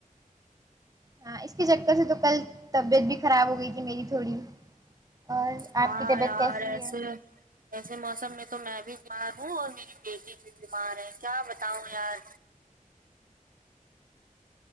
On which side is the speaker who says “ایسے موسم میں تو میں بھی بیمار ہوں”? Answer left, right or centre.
Right